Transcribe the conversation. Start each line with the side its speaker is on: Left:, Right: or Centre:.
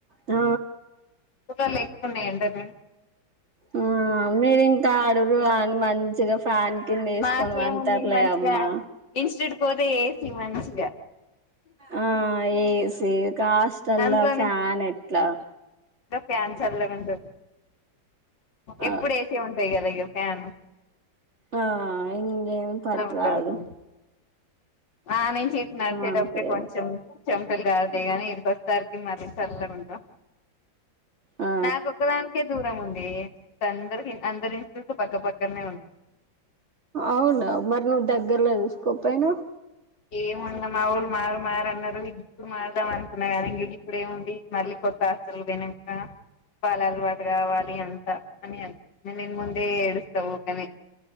Right: ఆ
Left: కులర్లేక్కున్నాయండగన్
Right: ఆ మీరి ఇంకా అడుగురు అని మంచిగా ఫ్యాన్ కింద వేసుకొని
Left: మాకేముంది
Right: పండుతారులే
Left: మంచిగా
Right: అమ్మా
Left: ఇన్స్టట్యూట్ పోతే ఎ సి మంచిగా
Right: ఆ అయ్యి ఏసి కాస్ట్ అల్లా
Left: అందులో
Right: ఫాన్ ఎట్లా
Left: క్యాన్సర్లా ఉంట ఎప్పుడు
Right: ఆ
Left: ఏసే ఉంటు పైగా లే ప్యాన్
Right: ఆ ఇక పట్టదు
Left: ఉంటది రూమ్ ఆ నేను చీట్ మత
Right: అనిపియదు
Left: డబ్బడే కొంచెంం దగా ఏ తర్కి మారి చల్లగా ఉంటాం
Right: ఆ
Left: నా ఓక్కదానికే దూరం ఉంది అందరి అందరి పక్కపక్కనే ఉన్నాయి
Right: అవునా మరి నువ్వు దగ్గరలో చూసుకోపోయినవ్
Left: ఏముంద మా ఊళ్ళు మారు మారన్నారు ఇ ఇప్పుడు మారదాం అనుకున్నా కానీ ఇంక ఇప్పుడు ఏముంది మళ్ళీ కొత్త హాస్టల్ కి వెనక వాాల అలవాటు కావాలి అంత అని అనిపింది నేను ఇం ముందే ఏడుస్తా యూకేనే